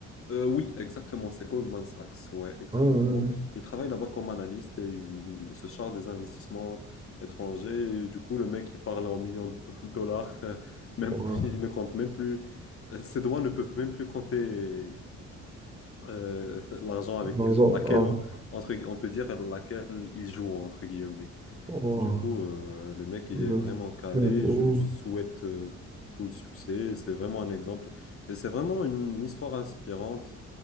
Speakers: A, on the left (about 45°); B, on the right (about 20°).
A: euh, oui, exactement, c'est Goldman Sachs, ouais, exactement.
B: Ah, ouais,
A: Il travaille là-bas comme analyste et il se charge des investissements étrangers. Et du coup, le mec, il parle en millions de <laughs> do- dollars, euh, même,
B: ouais. Waouh.
A: il ne compte même plus, euh, ses doigts ne peuvent même plus compter euh, l'argent avec
B: Dans
A: laquelle
B: un-
A: on,
B: ah,
A: entre, gu- on peut dire laquelle il joue, entre guillemets.
B: waouh.
A: Du coup, euh, le mec, il
B: Le
A: est vraiment calé.
B: frérot.
A: Je lui souhaite euh, tout le succès. C'est vraiment un exemple. Et c'est vraiment une histoire inspirante.